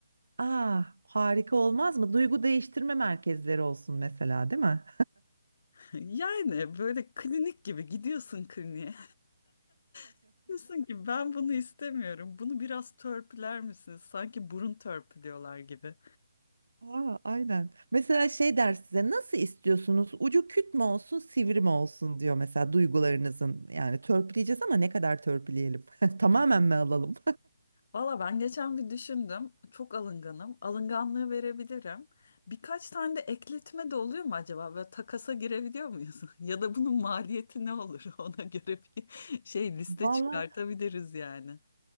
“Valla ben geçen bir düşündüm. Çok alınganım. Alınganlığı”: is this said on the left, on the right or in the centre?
Left